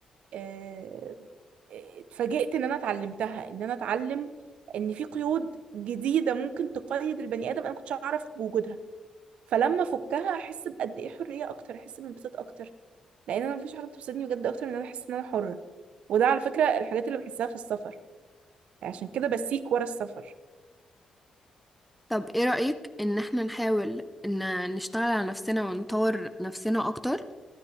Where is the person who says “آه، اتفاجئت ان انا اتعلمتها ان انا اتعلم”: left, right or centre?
Right